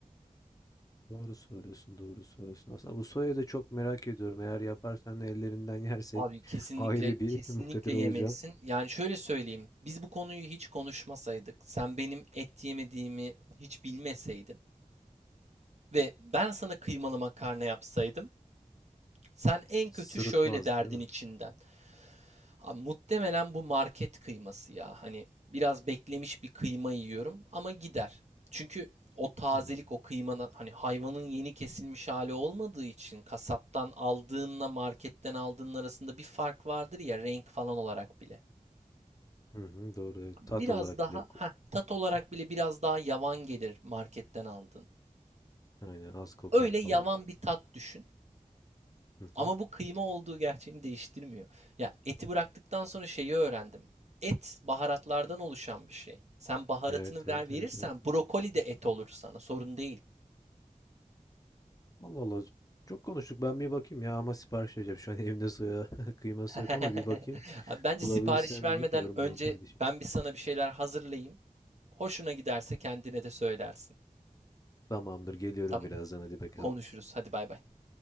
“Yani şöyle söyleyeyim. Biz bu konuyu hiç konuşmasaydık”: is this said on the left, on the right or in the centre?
Right